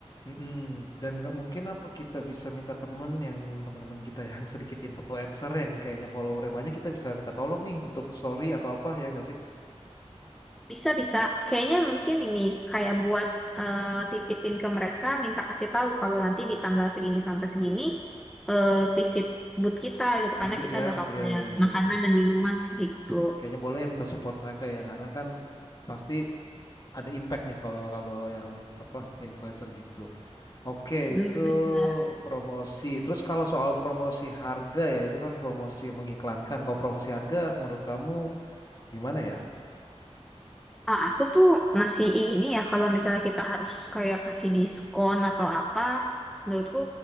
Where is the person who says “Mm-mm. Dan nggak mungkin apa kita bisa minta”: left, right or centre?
Left